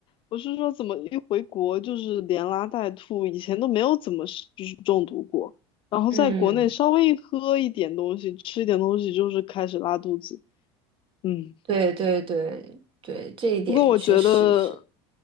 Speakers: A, on the left; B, on the right.
A: 我是说，怎么一回国就是连拉带吐，以前都没有怎么是就是中毒过，然后在国内稍微一喝一点东西，
B: 嗯，
A: 吃一点东西，就是开始拉肚子。嗯，
B: 对对对对，这一点确实是。
A: 不过我觉得，